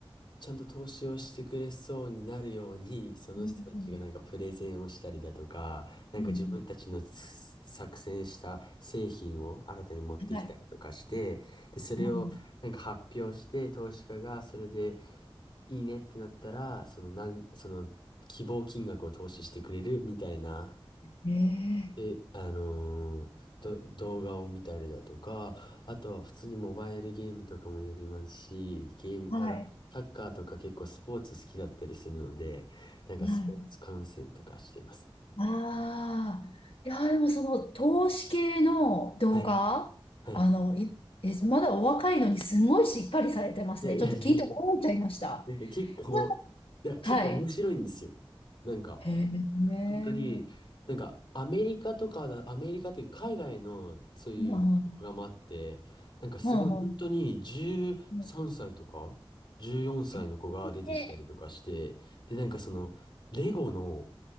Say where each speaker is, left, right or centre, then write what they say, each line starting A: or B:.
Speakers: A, on the left; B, on the left.
A: ちゃんと投資をしてくれそうになるように、その人たちがなんかプレゼンをしたりだとか、
B: んうん
A: なんか自分たちのつ
B: うん
A: 作成した製品を新たに持ってきたりとかして、
B: はい。
A: で、それをなんか発表して、
B: うん
A: 投資家がそれでいいねってなったら、そのなん、その希望金額を投資してくれるみたいな、
B: ええ
A: え、あのーど、動画を見たりだとか、あとは普通にモバイルゲームとかもやりますし、ゲーム、
B: はい。
A: あの、サッカーとか結構スポーツ好きだったりするので、なんかスポーツ観戦とかしてますね。
B: はい。ああ。いや、でもその、投資系の動画、
A: はい、はい。
B: あの、いえ、まだお若いのにすごいしっかりされてますね。
A: いやいやいや、
B: ちょっと聞いて驚いちゃいました。
A: なんか結構、
B: なんか
A: いや、結構面白いんですよ。
B: はい。
A: なんか、
B: へえ。ね
A: 本当に、なんか、アメリカとかだ、アメリカというか海外のそういう動画もあって、
B: え。うん。
A: なんかすごい本当に13歳とか14歳の子が出てきたりとかして、
B: うん。うん。ええ
A: で、なんかその、レゴの、